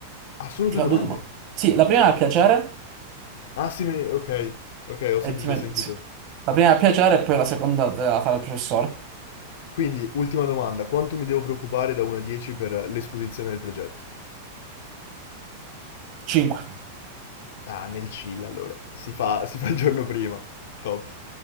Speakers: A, on the left (about 65°); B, on the right (about 30°).
A: Ah, solo
B: Ti
A: due
B: fa
A: domande?
B: due domande. Sì, la prima è a piacere
A: Ah sì, mi- ok, ok, ho
B: e
A: sentito,
B: ti met-
A: ho sentito.
B: sì. La prima è a piacere e poi la seconda te la fa il professore.
A: Quindi, ultima domanda, quanto mi devo preoccupare da 1 a 10 per l'esposizione del progetto?
B: 5.
A: Ah, nel chill allora, si fa, si fa il giorno prima, top.